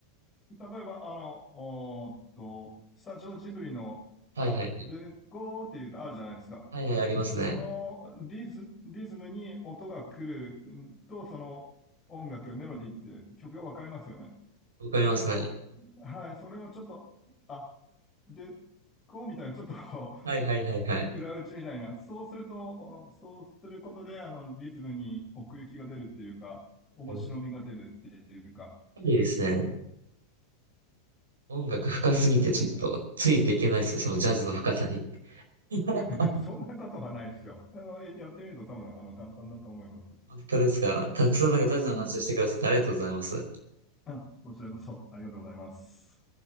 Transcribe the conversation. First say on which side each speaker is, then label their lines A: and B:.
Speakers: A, on the left; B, on the right.
A: 例えば、あの、おーっと、スタジオジブリの、
B: はいはい。
A: あ、ルゴーって言うとあるじゃないですか。
B: はいはい、ありますね。
A: そのリズ、リズムに音が来るうんと、その音楽、メロディーって曲がわかりますよね。
B: わかりますね。
A: だけど、はい、それをちょっと、あ、で、こうみたいな、ちょっと <laughs>
B: はいはいはいはい。
A: 裏打ちみたいな、そうすると、そうすることで、あの、リズムに奥行きが出るっていうか、面白みが出るっていうか、
B: やっぱりですね。音楽深すぎてちょっとついていけないですよ、
A: そうですね。
B: そのジャズの深さに。<laughs>
A: <laughs> そんなことはないですよ。あの、やってみると多分、あの、簡単だと思いますよ。
B: 本当ですか。たくさんなんかジャズの話してくださってありがとうございます。
A: うん。あ、こちらこそ、ありがとうございます。